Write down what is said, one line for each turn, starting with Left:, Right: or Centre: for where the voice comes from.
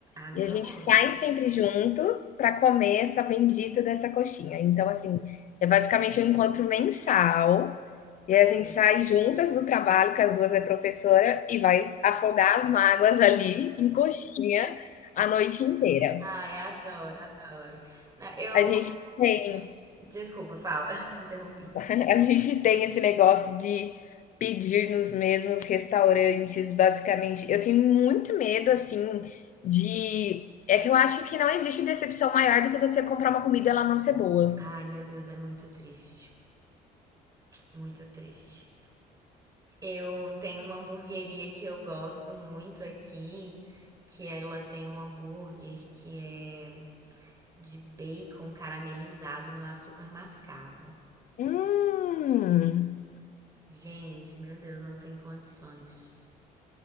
Right: Adoro.
Left: E a gente sai sempre junto para comer essa bendita dessa coxinha. Então, assim, é basicamente um encontro mensal e
Right: Ai,
Left: a gente sai juntas do trabalho, que as duas é professora, e vai afogar as mágoas ali em coxinha a noite inteira.
Right: ai, adoro, adoro. Não, eu.
Left: A gente tem,
Right: de- Desculpa, fala, <laughs> te interrompi.
Left: <laughs> a gente tem esse negócio de pedir nos mesmos restaurantes, basicamente. Eu tenho muito medo, assim, de. É que eu acho que não existe decepção maior do que você comprar uma comida e ela não ser boa.
Right: Ai, meu Deus, é muito triste. Muito triste. Eu tenho uma hamburgueria que eu gosto muito aqui, que ela tem um hambúrguer que é de bacon caramelizado no açúcar mascavo.
Left: Hum,
Right: Gente, meu Deus, não tem condições.